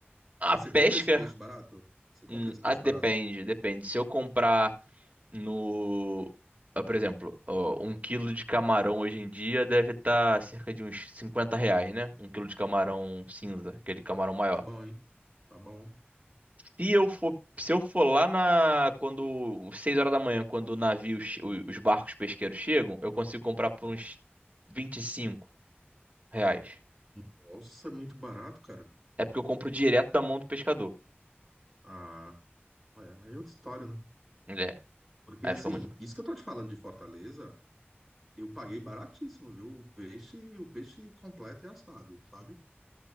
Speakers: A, on the right (about 35°); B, in the centre.
A: A
B: Você
A: pesca.
B: compra esse peixe barato? Você compra
A: Hum,
B: esse peixe
A: ah, depende,
B: barato?
A: depende. Se eu comprar no, ah, por exemplo, ó, um quilo de camarão hoje em dia deve estar cerca de uns 50 reais, né? Um quilo de camarão cinza, aquele camarão
B: Tá,
A: maior.
B: tá bom, hein? Tá bom.
A: Se eu for, se eu for lá na, quando, 6 horas da manhã, quando o navio, che- o- os barcos pesqueiros chegam, eu consigo comprar por uns vinte e cinco reais.
B: Nossa, é muito barato, cara.
A: É porque eu compro direto da mão do pescador.
B: Ah, é, aí é outra história, né?
A: É,
B: Porque
A: aí
B: assim,
A: fica muito.
B: isso que eu tô te falando de Fortaleza, eu paguei baratíssimo, viu? O peixe, o peixe completo e assado, sabe?